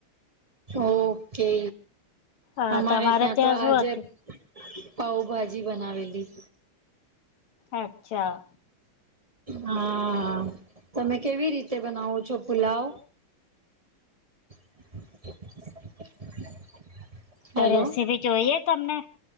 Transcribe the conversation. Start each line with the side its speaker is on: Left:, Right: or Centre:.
Right: ઓકે
Left: અ
Right: અમારે
Left: તમારે
Right: ત્યાં તો
Left: શું
Right: આજે
Left: હતું
Right: પાઉભાજી બનાવેલી.
Left: અચ્છા.
Right: હા તમે કેવી રીતે બનાવો છો પુલાવ. <inaudible> હેલો
Left: તો રેસીપી જોઈએ તમને.